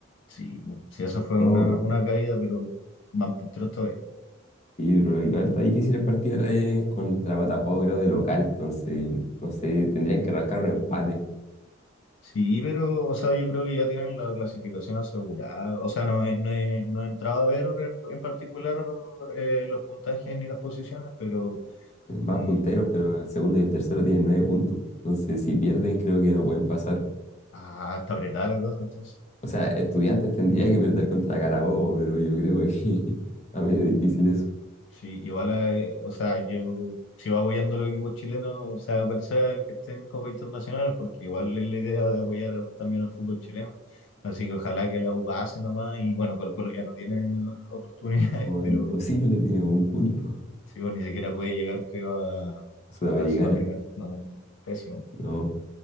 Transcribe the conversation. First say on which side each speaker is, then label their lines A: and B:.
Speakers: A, on the left (about 65°); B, on the left (about 35°).
A: Sí, bu, sí, esa fue
B: Todo
A: una, una caída, pero van punteros todavía.
B: Sí, pero igual está difícil el partido ahora de- contra Botafogo, creo, de local. Entonces, no sé, tendrían que rascar un empate.
A: Sí, pero, o sea, yo creo que ya tienen la clasificación asegurada. O sea, no, he- no, he, no he entrado a ver en, en particular eh, los puntajes ni las posiciones, pero
B: Van
A: Mm.
B: punteros, pero el segundo y el tercero tienen nueve puntos. Entonces, si pierden, creo que no pueden pasar.
A: Ah, está apretada la cosa entonces.
B: O sea, Estudiantes tendría que perder contra Carabobo, pero yo creo que <laughs> está medio difícil eso.
A: Sí, igual, eh, o sea, yo sigo apoyando a los equipos chilenos, o sea, cual sea el que esté en Copa Internacional, porque igual es la idea de apoyar también al fútbol chileno. Así que ojalá que la U pase nomás, y bueno, Colo Colo ya no tiene oportunidades,
B: O
A: <laughs> pero
B: imposible, tiene un punto.
A: sí, bueno, ni siquiera puede llegar, creo, a,
B: Sudamericana,
A: a la Sudamericana. No, pésimo.
B: ¿no?